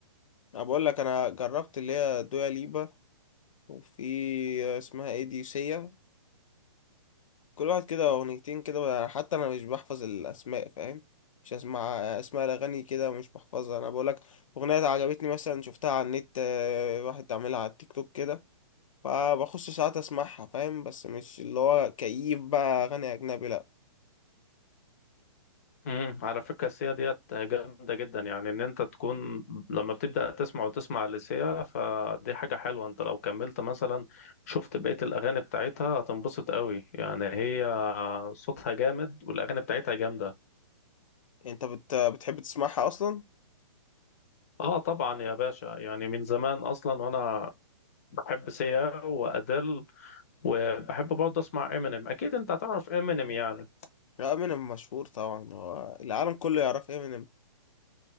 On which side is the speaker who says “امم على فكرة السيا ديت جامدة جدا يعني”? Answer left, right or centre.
Left